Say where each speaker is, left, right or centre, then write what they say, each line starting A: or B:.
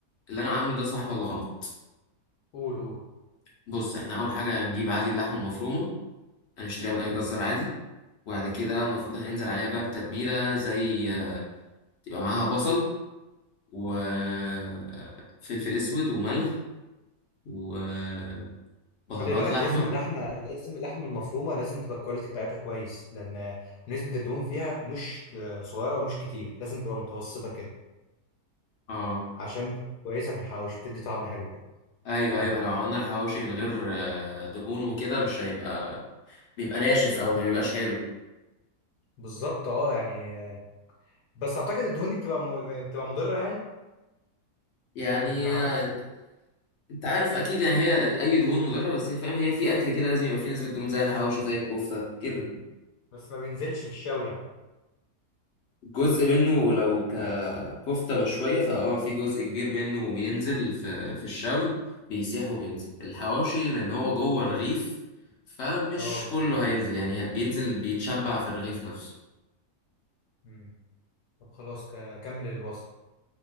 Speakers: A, on the left; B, on the left.
A: اللي انا عامله ده صح ولا غلط
B: قول قول
A: بص احنا اول حاجة هنجيب عادي اللحمة المفرومة هنشتريها من اي جزار عادي وبعد كده المفروض هننزل عليها بقى بتتبيلة زي آه، تبقى معاها بصل وفلفل اسود وملح وبهارات
B: خلي بالك
A: لحمة
B: لازم اللحمه لازم اللحمه المفرومه لازم تبقى الكواليتي بتاعتها كويس لان نسبه الدهون فيها مش آه، صغيره ومش كتير لازم تبقى متوسطه كده
A: اه
B: عشان بتبقى كويسه في الحواوشي بتدي طعم حلو كده
A: ايوه
B: كمل
A: ايوه ما لو عملنا الحواوشي من غير آه، دهون وكده مش هيبقى بيبقى ناشف او ما بيبقاش حلو
B: بالظبط اه يعني آه، بس اعتقد الدهون دي بتبقى م... بتبقى مضره يعني
A: يعني
B: اللي في الحواوشي
A: آه، انت عارف اكيد يعني هي اي دهون مضره بس هي فاهم هي في اكل كده لازم يبقى فيه نسبه دهون زي الحواوشي زي الكفته كده
B: بس ما بينزلش في الشوي يعني
A: جزء منه لو ككفته مشويه فاه في جزء كبير منه بينزل في في الشوي بيسيح وبينزل الحواوشي لان هو جوه الرغيف فمش
B: اه ما
A: كله
B: بينزلش
A: هينزل يعني بينزل بيتشبع في الرغيف نفسه
B: مم. طب خلاص ك- كمل الوصف